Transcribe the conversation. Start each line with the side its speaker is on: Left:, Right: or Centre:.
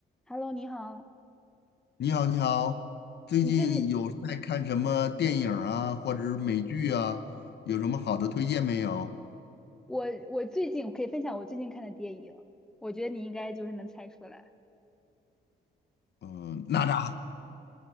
Centre: Hello，你好。
Left: 你好，你好，最近有在看什么电影啊，
Centre: 你最近，
Left: 或者是美剧啊？有什么好的推荐没有？
Centre: 我我最近我可以分享我最近看的电影，我觉得你应该就是能猜出来。
Left: 嗯，哪吒。